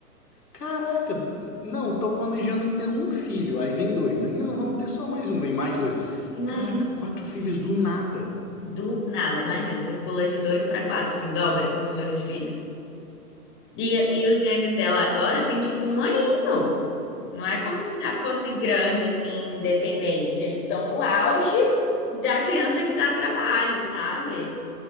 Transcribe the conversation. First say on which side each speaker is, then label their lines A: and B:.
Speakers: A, on the left; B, on the left.
A: Caraca, não, tô planejando em ter um filho. Aí vem dois. Aí, não, vamos ter só mais um, vem mais dois.
B: Imagina.
A: Caraca, quatro filhos do nada.
B: Do nada, imagina, você pula de dois pra quatro, assim, dobra o número de filhos. E, e os gêmeos dela agora tem tipo um aninho. Não é como se já fosse grande, assim, independente. Eles estão no auge da criança que dá trabalho, sabe?